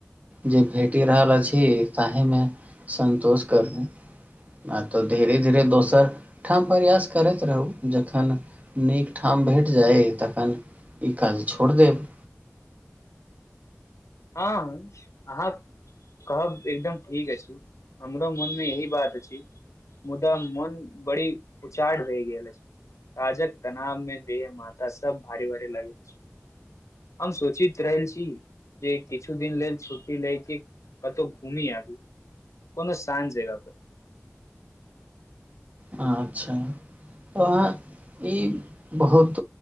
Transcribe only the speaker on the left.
ह ह अहाँकेँ कहब एकदम ठीक अइछ हमरो मनमे यही बात अछी। मुदा मन बरी उचाड भैय गेल अछि। राजक तनाव मे देह माथा सभ भारी भारी लागे छे हम सोचित रहल छी जे किछु दिन लेल छुट्टी ले के कतौ घुमी आयब कोनो शात जगह पर